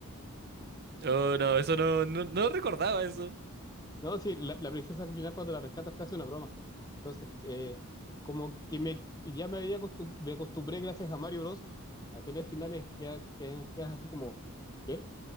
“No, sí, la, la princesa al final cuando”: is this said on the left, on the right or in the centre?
Left